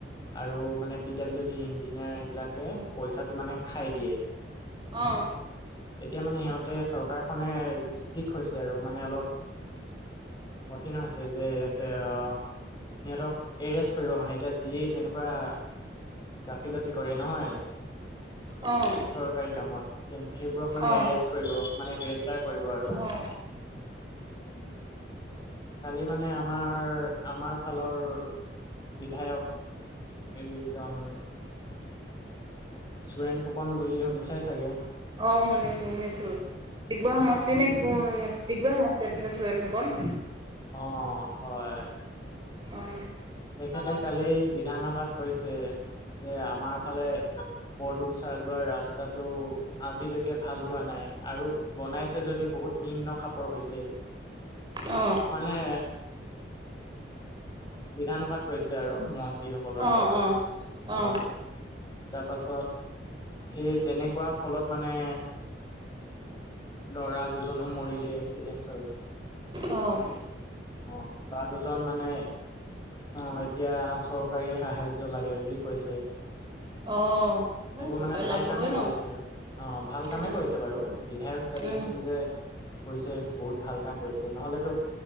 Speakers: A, on the left; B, on the right.
A: আৰু মানে পি ডাব্লিউ ডি ইঞ্জিয়াৰবিলাকে পইচা টো মানে খাই দিয়ে।
B: অ'।
A: এতিয়া মানে সিহঁতে চৰকাৰখনে ষ্ট্ৰিক হৈছে আৰু মানে অলপ কঠিন হৈছে যে ইয়াতে আ সিহঁতক এৰেষ্ট কৰিব মানে এতিয়া যিয়ে তেনেকুৱা গাফিলতি কৰে নহয়
B: অ'।
A: চৰকাৰী কামত সেইবোৰক মানে
B: অ
A: এৰেষ্ট কৰিব মানে গ্ৰেপ্তাৰ কৰিব আৰু।
B: অ
A: উম। কালি মানে আমাৰ আমাৰ ফালৰ বিধায়ক এইজন চোৰেন ফুকন বুলি শুনিছাই চাগে।
B: অ' শুনিছোঁ শুনিছোঁ। ডিগবৈ সমস্তি
A: অ
B: নে ক-ডিগবৈ সমচ টিৰ আছিলে চোৰেন ফুকন।
A: অ' হয়।
B: অ'।
A: তেখেতে কালি বিধানসভাত কৈছে যে আমাৰ ফালে বৰদুমচাহ যোৱা ৰাস্তাটো আজিলৈকে ভাল হোৱা নাই আৰু বনাইছে যদি বহুত নিম্ন খাপৰ হৈছে।
B: অ
A: মানে বিধানসভাত কৈছে আৰু মন্ত্ৰীসকলৰ আগত।
B: অ অ
A: অ' তাৰপাছত সেই তেনেকুৱা ফলত মানে ল'ৰা দুজনো মৰিলে এক্সিডেন্ট হৈ।
B: অ'।
A: অ', ল'ৰা দুজন মানে অ' এতিয়া চৰকাৰী সাহাৰ্য লাগে বুলি কৈছে।
B: অ'।
A: সেইবোৰ
B: অ চৰকাৰী
A: মানে ভাল
B: লাগিবই
A: কামেই
B: ন
A: কৰিছে আৰু অ' ভাল কামেই
B: উম
A: কৰিছে বাৰু বিধায়ক হিচাপে
B: উম
A: এইখিনি যে কৰিছে বহুত ভাল কাম কৰিছে, নহ'লেতো